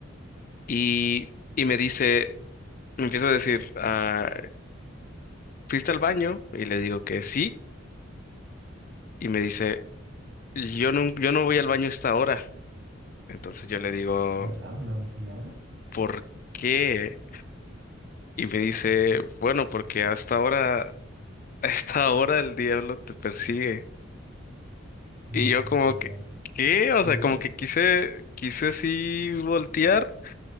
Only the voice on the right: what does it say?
Qué random, ¿ya?
No
te
lo
creo.
Sí.